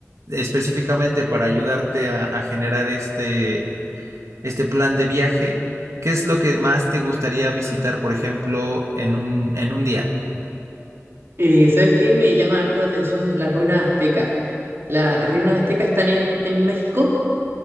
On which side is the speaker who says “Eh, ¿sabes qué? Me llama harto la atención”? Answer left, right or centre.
Right